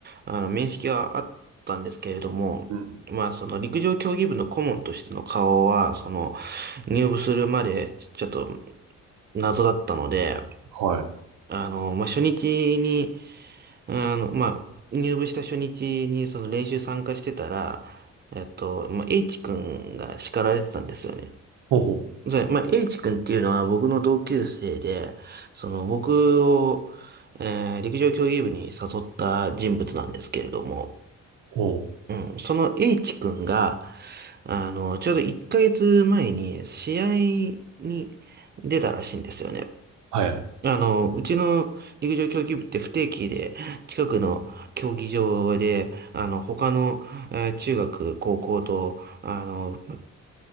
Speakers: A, on the right; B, on the right.
A: あの、面識はあったんですけれども、
B: うん。
A: まあ、その陸上競技部の顧問としての顔は、その、入部するまで、ちょっと謎だったので、
B: はい。
A: あの、まあ、初日に、あの、まあ、入部した初日に、その練習参加してたら、えっと、まあ、H 君が叱られてたんですよね。
B: ほうほう。
A: じゃあ、まあ、H 君っていうのは僕の同級生で、その僕を、えー陸上競技部に誘った人物なんですけれども、
B: ほう。
A: うん、その H 君が、あの、ちょうど1ヶ月前に試合に出たらしいんですよね。
B: はいはい。
A: あの、うちの陸上競技部って不定期で近くの競技場で、あの、他の、えー中学、高校と、あの、